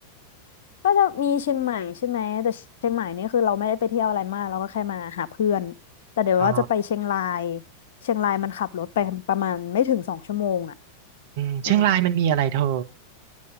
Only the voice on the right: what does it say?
อ๋อ
อืมเชียงรายมันมีอะไรเธอ